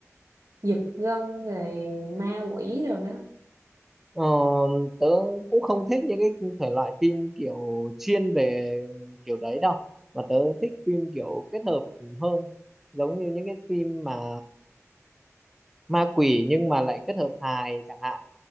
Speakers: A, on the right; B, in the centre.
A: giật gân rồi ma quỷ rồi đó
B: Ờ, tớ cũng không thích những cái thể loại phim kiểu chuyên về kiểu đấy đâu mà tớ thích phim kiểu kết hợp hơn giống như những cái phim mà ma quỷ nhưng mà lại kết hợp hài chẳng hạn